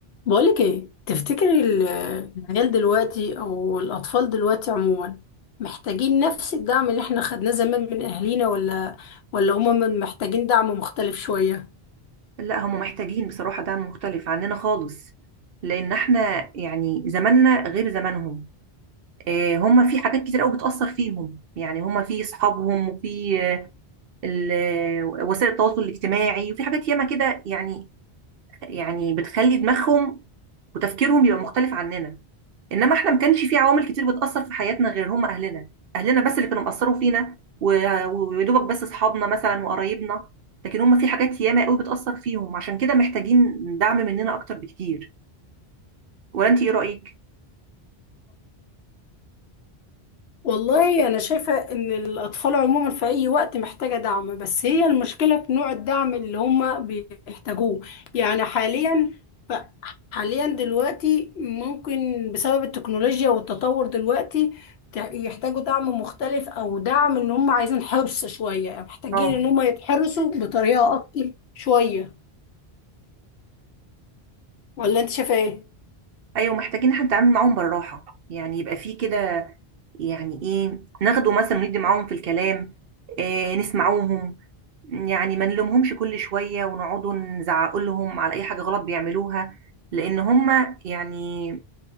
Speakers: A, on the left; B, on the right.
A: بقولك ايه تفتكري ال- العيال دلوقتي او الاطفال دلوقتي عموما محتاجين نفس الدعم اللي احنا خدناه زمان من اهالينا ولا ولا هما من- محتاجين دعم مختلف شوية
B: لا هم محتاجين بصراحة دعم مختلف عننا خالص لأن احنا يعني زماننا غير زمانهم آه، هم في حاجات كتير قوي بتأثر فيهم يعني هم في أصحابهم وفي آه، ال- وسائل التواصل الاجتماعي وفي حاجات ياما كده يعني يعني بتخلي دماغهم وتفكيرهم يبقى مختلف عننا انما احنا ما كانش في عوامل كتير بتاثر في حياتنا غير هم اهلنا اهلنا بس اللي كانوا مأثروا فينا و- ويا دوبك بس اصحابنا مثلا وقرايبنا لكن هم في حاجات ياما قوي بتاثر فيهم عشان كده محتاجين دعم مننا اكتر بكتير ولا انت ايه رايك
A: والله أنا شايفة إن الأطفال عموما في أي وقت محتاجة دعم بس هي المشكلة في نوع الدعم اللي هما بيحتاجوه يعني حاليا ف- حاليا دلوقتي ممكن بسبب التكنولوجيا والتطور دلوقتي تع- يحتاجوا دعم مختلف أو دعم إن هما عايزين حرص شوية محتاجين
B: اه
A: إن هما يتحرصوا بطريقة أكتر شوية ولا أنت شايفة إيه؟
B: ايوه محتاجين احنا نتعامل معاهم بالراحه يعني يبقى في كده يعني ايه ناخده مثلا وندي معاهم في الكلام إيه نسمعوهم يعني ما نلومهمش كل شويه ونقعدوا نزعق لهم على اي حاجه غلط بيعملوها لان هم يعني